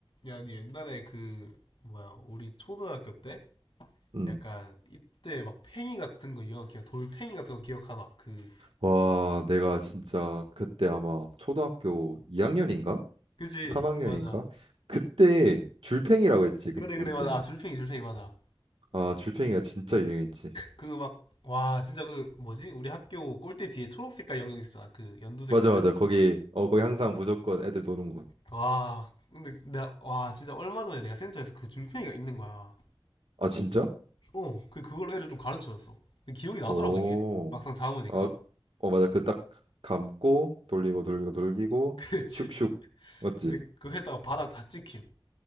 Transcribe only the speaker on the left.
야, 니 옛날에 그, 뭐야, 우리 초등학교 때?
약간, 이때 막 팽이 같은 거, 이거 기억, 돌팽이 같은 거 기억하나? 그,
그치?
맞아.
그래,
그래, 맞아.
아, 줄팽이, 줄팽이, 맞아.
그 막, 와, 진짜 그, 뭐지? 우리 학교 꼴대 뒤에 초록 색깔 영역 있었잖아. 그, 연두 색깔.
와, 근데 내가 와, 진짜 얼마 전에 내가 센터에서 그 줄팽이가 있는 거야.
어, 그, 그걸로 애를 좀 가르쳐줬어. 근데 기억이 나더라고,
이게. 막상 잡으니까.
<laughs> 그치.
근데 그 했다가 바닥 다 찍힘.